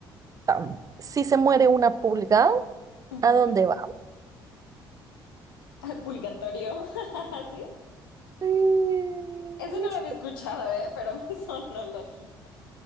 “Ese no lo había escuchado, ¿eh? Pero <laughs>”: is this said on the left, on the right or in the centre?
Left